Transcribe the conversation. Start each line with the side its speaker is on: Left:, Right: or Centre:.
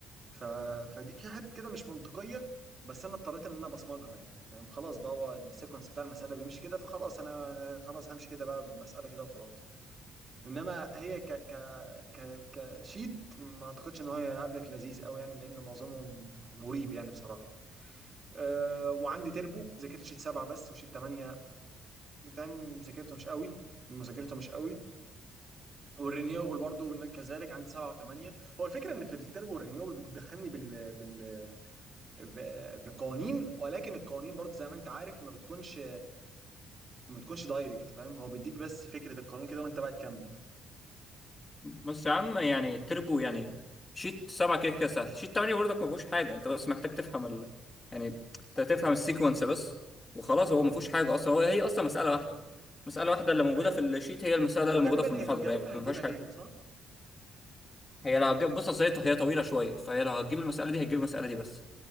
Right: ف... فدي في حاجات كده مش منطقية بس انا اضطريت ان انا بصمجها يعني فاهم خلاص بقى هو السيكونس بتاع المسألة بيمشي كده فخلاص انا خلاص همشي كده بقى بالمسألة كده وخلاص انما هي ك ك ك كشيت ما اعتقدش ان هو هيقابلك لذيذ قوي يعني لان معظمه مريب يعني بصراحة أه وعندي تربو ذاكرت شيت سبعة بس وشيت تمانية فاهم ذاكرته مش قوي مذاكرته مش قوي والرينيوبل برضه كذلك عندي سبعة وثمانية هو الفكرة ان في التربو والرينيوبل بتدخلني بال بال ب- بقوانين ولكن القوانين برضه زي ما انت عارف ما بتكونش ما بتكونش دايركت فاهم هو بيديك بس فكرة القانون كده وانت بقى تكمل
Left: بس يا عم يعني التربو يعني شيت سبعة كده كده سهل شيت تمانية برضك ما فيهوش حاجة انت بس محتاج تفهم ال... يعني انت تفهم السيكونس بس وخلاص هو ما فيهوش حاجة اصلا هو هي اصلا مسألة واحدة مسألة واحدة اللي موجودة
Right: فهي
Left: في الشيت هي المسألة اللي
Right: وغالبا
Left: موجودة في المحاضرة
Right: هي لو جابتها
Left: هي ما
Right: هتجيبها
Left: فيهاش حاجة
Right: هي صح؟
Left: هي لو هتجيب بص اصل هي هي طويلة شوية فهي لو هتجيب المسألة دي هتجيب المسألة دي بس